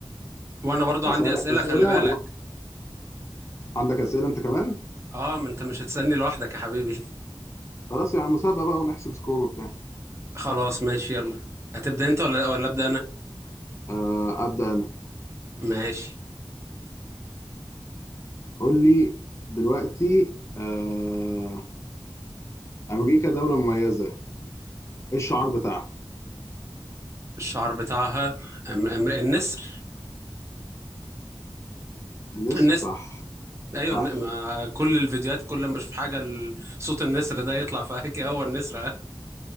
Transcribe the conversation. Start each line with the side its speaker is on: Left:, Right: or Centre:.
Right: وانا برضو عندي
Left: اسالك
Right: اسئله
Left: اسئله
Right: خلي بالك
Left: و... عندك اسئله انت كمان
Right: اه ما انت مش هتسالني لوحدك يا حبيبي
Left: خلاص يعني مسابقه بقى ونحسب سكور وبتاع
Right: <laughs> خلاص ماشي يلا هتبدا انت ولا ولا ابدا انا
Left: آه، ابدا انا
Right: ماشي
Left: قول لي دلوقتي آه، امريكا دوله مميزه ايه الشعار بتاعها
Right: الشعر بتاعها أم أم النسر
Left: النسر
Right: النسر
Left: صح
Right: ايوه
Left: صح
Right: الن- ما كل الفيديوهات كل ما اشوف حاجه ال- صوت النسر ده يطلع في هكي <laughs> هو النسر اه.